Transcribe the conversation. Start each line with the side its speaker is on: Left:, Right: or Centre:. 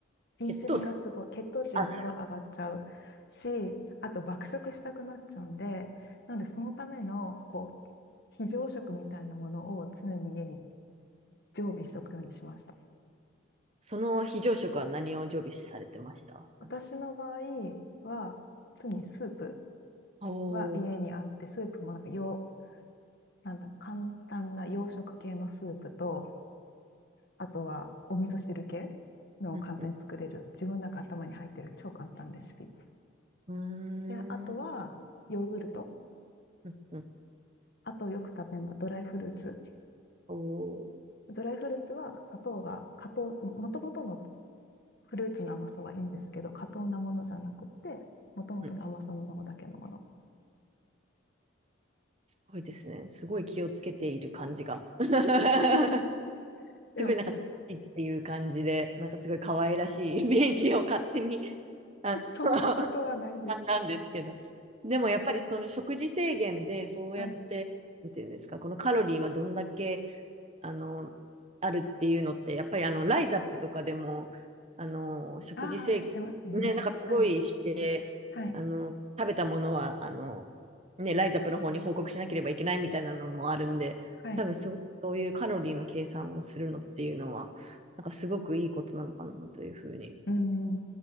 Left: インシュリンがすごい、
Right: 血糖値。
Left: 血糖値がすごい上がっちゃうし、
Right: あ、そ
Left: あと爆食したくなっちゃうんで、なんでそのための、こう、非常食みたいなものを常に家に常備しとくようにしました。
Right: その非常食は何を常備されてましたなんか。
Left: 私の場合は、常にスープ
Right: おー。
Left: は家にあって、スープもなんかよう、なんだ、簡単な洋食系のスープと、あとはお味噌汁系のを簡単に作れる、
Right: うんうん。
Left: 自分の中頭に入ってる超簡単レシピ。
Right: うーん。
Left: で、あとはヨーグルト。
Right: うんうん。
Left: あとよく食べるのはドライフルーツ。
Right: おー。
Left: ドライフルーツは砂糖が過糖、もともとのフルーツの甘さはいいんですけど、過糖なものじゃなくて、もともとの甘さのものだけのもの。
Right: うん。すごいですね。すごい気をつけている感じが。<laughs>
Left: <laughs> でも、
Right: すごいなんか、っていう感じで、なんかすごい可愛らしい <laughs> イメージを勝手に、あの
Left: そんなことはないです。
Right: <laughs> なんですけど。でもやっぱりその食事制限でそうやって、
Left: はい。
Right: なんていうんですか、このカロリーはどんだけあの、あるっていうのって、やっぱりあの、ライザップとかでも、あの、食事制限、
Left: ああ、してますね。
Right: ね、なんかすごいして、
Left: はい。はい。
Right: あの、食べたものは、あの、ね、ライザップの方に報告しなければいけないみたいなのもあるんで、
Left: はい。
Right: 多分すごくそういうカロリーの計算をするのっていうのは、なんかすごくいいことなのかなというふうに、
Left: うん。